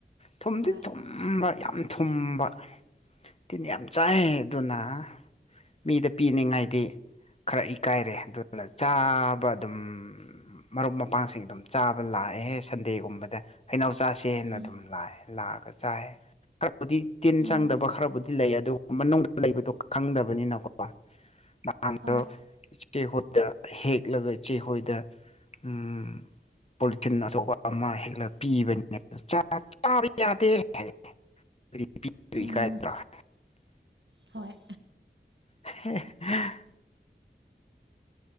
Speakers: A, on the left; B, on the right.
A: ꯊꯨꯝꯗꯤ
B: ꯍꯣꯏ
A: ꯊꯨꯝꯕ ꯌꯥꯝ ꯑꯝ ꯊꯨꯝꯕ ꯇꯤꯟ ꯌꯥꯝ ꯆꯥꯏ ꯑꯗꯨꯅ ꯃꯤꯗ ꯄꯤꯅꯤꯡꯉꯥꯏꯗꯤ ꯈꯔ ꯏꯀꯥꯏꯔꯦ ꯑꯗꯨ ꯗꯨꯅ ꯆꯥꯕ ꯑꯗꯨꯝ ꯃꯔꯨꯞ ꯃꯄꯥꯡꯁꯤꯡ ꯑꯗꯨꯝ ꯆꯥꯕ ꯂꯥꯛꯑꯦꯍꯦ ꯁꯟꯗꯦꯒꯨꯝꯕꯗ ꯍꯩꯩꯅꯧ ꯆꯥꯁꯦꯅ
B: ꯎꯝ
A: ꯑꯗꯨꯝ ꯂꯥꯛꯑꯦ ꯂꯥꯛꯑꯒ ꯆꯥꯏ ꯕꯨꯗꯤ ꯇꯤꯟ
B: ꯎꯝ
A: ꯆꯪꯗꯕ ꯈꯔꯕꯨꯗꯤ ꯂꯩ ꯑꯗꯨ ꯃꯅꯨꯡꯗ ꯂꯩꯕꯗꯣ ꯈꯪꯗꯕꯅꯤꯅꯀꯣ ꯅꯍꯥꯟꯗꯣ
B: ꯍꯣꯏ
A: ꯏꯆꯦꯈꯣꯏꯗ ꯍꯦꯛꯂꯒ ꯏꯆꯦꯈꯣꯏꯗ ꯎꯝ ꯄꯣꯂꯤꯊꯤꯟ ꯑꯆꯧꯕ ꯑꯃ ꯍꯦꯛꯂ ꯄꯤꯕꯅꯤꯅꯦ ꯆꯥ ꯆꯥꯕ ꯌꯥꯗꯦ ꯍꯥꯏ <unintelligible>
B: ꯎꯝ ꯍꯣꯏ
A: ꯍꯥ ꯑꯦꯛ